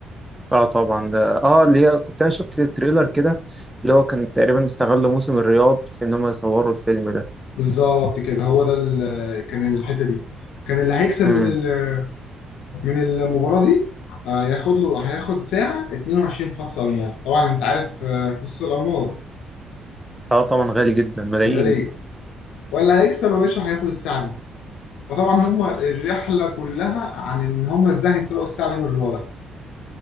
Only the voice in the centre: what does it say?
اه طبعا ده اه اللي هي كنت انا شفت التريلر كده اللي هو كان تقريبا استغلوا موسم الرياض في ان هم يصوروا الفيلم ده
امم
اه طبعا غالي جدا ملايين
دي